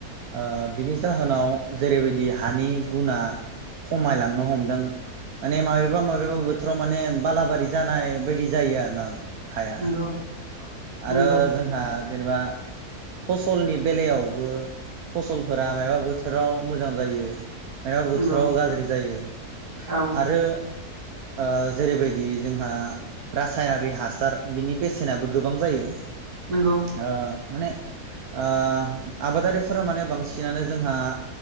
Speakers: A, on the right; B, on the right.
A: ओ बिनि जाहोनाव जेरैबायदि हानि गुना खमायलांनो हमदों। माने माबेबा माबेबा बोथ थोराव माने बालाबारि जानाय बायदि जायो आरो ना हाया
B: नंगौ नंगौ
A: आरो जोंहा जेनेबा फसलनि बेलायाव बो फसलफोरा मायबा बोथोराव मोजां जायो मायबा बोथोराव
B: नंगौ
A: गाज्रि जायो
B: औ
A: आरो आ जेरैबायदि जोंहा रासायनारि हासार बिनि बेसेनाबो गोबां जायो
B: नंगौ।
A: ओ माने ओ आबादारिफोरा माने बांसिनानो जोंहा